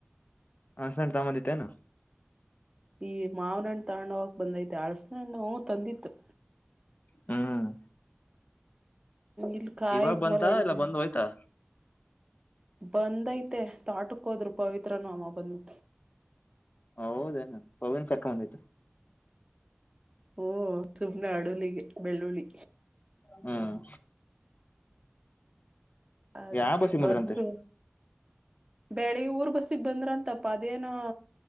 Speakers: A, on the left (about 40°); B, on the right (about 20°).
A: ಹ ಸ್ಣ್ ತಾಮದತೆನ
B: ಈ ಮಾವನಣ್ಣು ತೊಂಡ ಹಾಗ ಬಂದೈತೆ ಅಳ್ಸನಣ್ಣ ತಂದಿತ್ತು
A: ಹ್ಮ್
B: ಇಲ್ಲಿ ಕಾಯ
A: ಇವಾಗ
B: ಇದ್ವಲ್ಲ
A: ಬಂತ
B: ಇ
A: ಇಲ್ಲ ಬಂದ್ ಹೋಯ್ತಾ
B: ಬಂದೈತೆ ತಾಟಕ್ ಹೋದ್ರು ಪವಿತ್ರನು ಅಮ್ಮ ಬಂದಿ
A: ಹೌದೇನ ಪವನ್ ಕರ್ಕೊಂಬಂದೈ್ತು
B: ಓ ಸುಮ್ನೆ ಅಡುಲ್ಲಿಗೆ ಬೆಳ್ಳುಳ್ಳಿ.
A: ಹ್ಮ್
B: ಅದಕ್ಕೆ
A: ಯಾವ ಬಸ್ಸಿಗೆ ಬಂದ್ರಂತೆ
B: ಬಂದ್ರು ಬೆಳಗ್ ಊರ್ ಬಸ್ಸಿಗೆ ಬಂದ್ರಂತಪ್ಪ ಅದೇನೊ